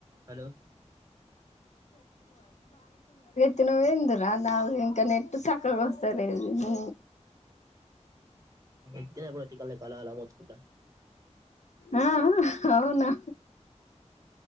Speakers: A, on the right; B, on the left.
A: హలో
B: తినవేందిరా నాకు ఇంకా నెట్ సక్కగా వస్తలేదు హు.
A: నెత్తి బొత్తి కళ్లు అలా అలా మోతుకుంట
B: ఆ ఆ అవునా